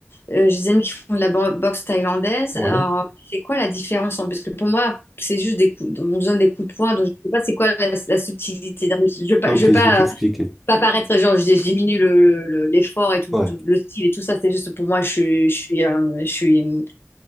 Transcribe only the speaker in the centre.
Ouais.
Ok,
je
vais t'expliquer.
Ouais.